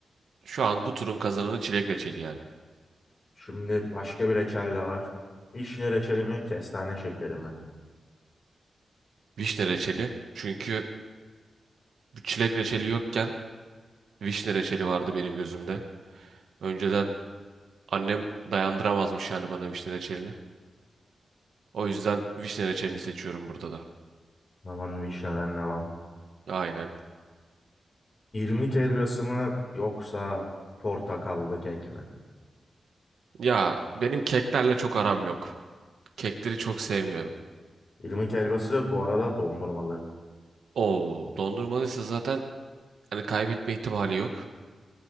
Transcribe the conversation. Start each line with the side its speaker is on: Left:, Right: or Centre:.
Right: şu an bu turun kazananı çilek reçeli yani.
Left: Şimdi başka bir reçel de var. Vişne reçeli mi, kestane şekeri mi?
Right: Vişne reçeli. Çünkü bu çilek reçeli yokken vişne reçeli vardı benim gözümde. Önceden annem dayandıramazmış yani bana vişne reçelini. O yüzden vişne reçelini seçiyorum burada da.
Left: Aman vişneden devam.
Right: Aynen.
Left: İrmik helvası mı yoksa portakallı kek mi?
Right: Ya benim keklerle çok aram yok. Kekleri çok sevmiyorum.
Left: İrmik helvası bu arada dondurmalı.
Right: Oo, dondurmalıysa zaten hani kaybetme ihtimali yok.